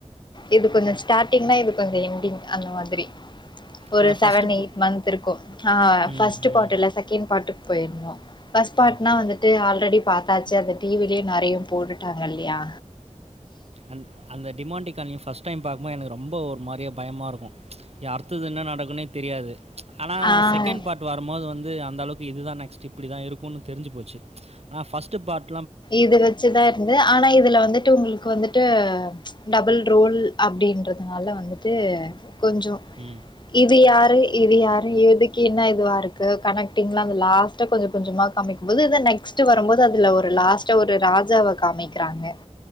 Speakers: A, on the left (about 40°); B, on the right (about 60°).
A: இது கொஞ்சம் ஸ்டார்டிங்னா இது கொஞ்சம் எண்டிங் அந்த மாதிரி ஒரு
B: அதான் ஃபர்ஸ்ட்டு
A: செவன்
B: பு
A: எயிட் மன்த் இருக்கும் ஆ
B: ம்ஹ்ம்.
A: ஃபர்ஸ்ட் பார்ட் இல்ல செகண்ட் பார்ட் போயிட்னு ஃபஸ்ட் பார்ட்னா
B: ஓகே.
A: வந்துட்டு ஆல்ரெடி பாத்தாச்சு அந்த டிவிலயும் நெறைய போட்டுட்டாங்க இல்லையா
B: அந் அந்த டிமாண்டி காலணி ஃபஸ்ட் டைம் பாக்கும் போது எனக்கு ரொம்ப ஒரு மாரி பயமா இருக்கும் அடுத்தது என்ன நடக்குன்னே தெரியாது ஆனால்
A: ஆ
B: செகண்ட் பார்ட் வரும்போது வந்து அந்த அளவுக்கு இதுதா நெக்ஸ்ட் இப்புடிதா இருக்குன்னு தெரிஞ்சு போச்சு ஆனா பஸ்ட்டு பார்ட்
A: இது வச்சுதா இருந்து ஆனா இதுல வந்துட்டு உங்களுக்கு வந்துட்டு டபுள் ரோல் அப்டின்றதுனால வந்துட்டு கொஞ்சோ
B: ம்.
A: இது யாரு இது யாரு எதுக்கு என்னா இதுவா இருக்கு கனெக்டிங்லா அந்த லாஸ்ட் கொஞ்ச கொஞ்சமா காமிக்கும் போது இதா நெக்ஸ்ட் நெக்ஸ்ட் வரும்போது அதுல ஒரு லாஸ்ட்டா ஒரு ராஜாவ காமிக்கிறாங்க